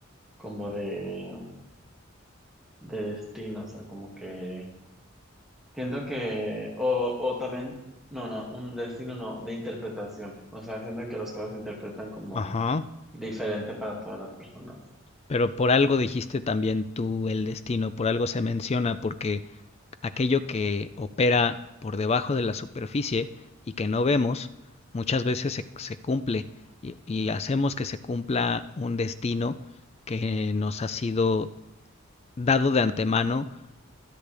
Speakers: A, in the centre; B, on the left.
A: como de, de destino, o sea, como que siento que, o, o también, no, no, un destino no, de interpretación, o sea, siento que las cosas se interpretan como
B: Ajá.
A: diferente para todas las personas.
B: Pero por algo dijiste también tú el destino, por algo se menciona, porque aquello que opera por debajo de la superficie y que no vemos, muchas veces se, se cumple y, y hacemos que se cumpla un destino que nos ha sido dado de antemano